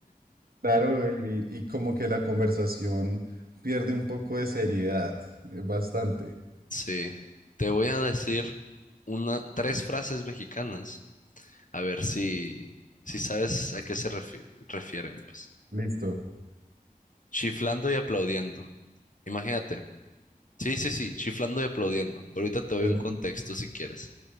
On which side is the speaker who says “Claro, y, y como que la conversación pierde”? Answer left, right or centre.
Right